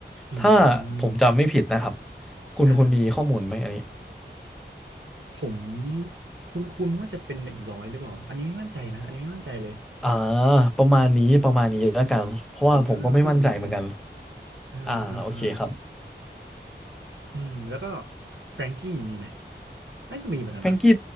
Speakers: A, on the right (about 80°); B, in the centre.
A: อื
B: ถ้าผมจำไม่ผิดนะครับ
A: ม
B: คุณคุณมีข้อมูลไหมอันนี้
A: อ่าๆผมคุ้นๆว่าจะเป็นหนึ่งร้อยหรือเปล่าอันนี้ไม่มั่นใจนะอันนี้ไม่มั่นใจเลย
B: อ่าประมาณนี้ประมาณนี้แล้วกันเพราะว่าผมก็ไม่มั่นใจเหมือนกัน
A: ผมจำได้ว่าขึ้นมานิดหนึ่งอ่าอ่าอ่า
B: อ่าโอเคครับ
A: อืมแล้วก็แฟรงกี้มีไหมน่าจะมีเหมือนกันปะ
B: แฟรงกี้